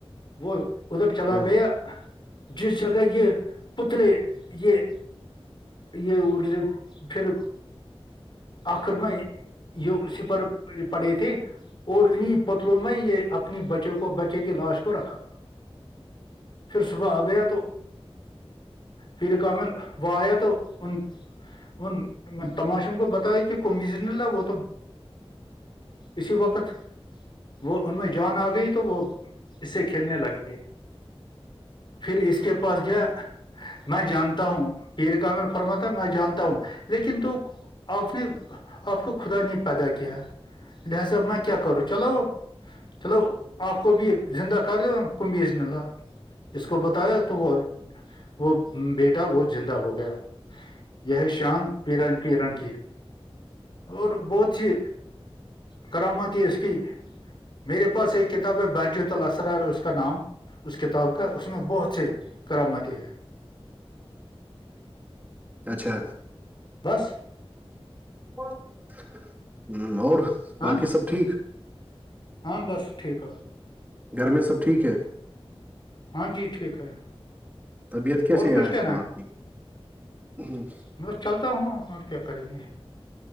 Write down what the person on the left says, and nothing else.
وہ ادھر چلا
گیا جس جگہ یہ پتلے یہ یہ پھر آخر میں یہ سپر پڑے تھے اور انہیں پتلوں میں یہ اپنی بچوں کو بچے کی لاش کو رکھا پھر سباح گیا تو پھر کمل وہ آیا تو ان ان تماشوں کو بتایا کہ کون بزن وہ تو اسی وقت وہ ان میں جان آ گئی ت تو وہ اس سے کھیلنے لگے پھر اس کے پاس گیا میں جانتا ہوں پیر کامل فرمات ہے میں جانتا ہوں لیکن تو آپ نے آپ کو خدا نہیں پیدا کیا <unintelligible> ج سب میں کیا کرچ چلو چلو آپ کو بھی زندہ کر د کم بھیزن اللہ اس کو بتایا تو وہ وہ بیٹا وہ زندہ ہو گیا یہ شان پیرن پیرن کی اور بہت سی کرام کی اس کی میرے پاس ایک کتاب ہے بحجۃ السرار اس کا نام اس کتاب کا اس میں بہت سے کرامتیں ہے
بس
ہاں
ہاں بس ٹھیک
ہاں جی ٹھیک ہے
اور
کچھ
کہنا
میںس چلتا ہوں اور کیا کریں گے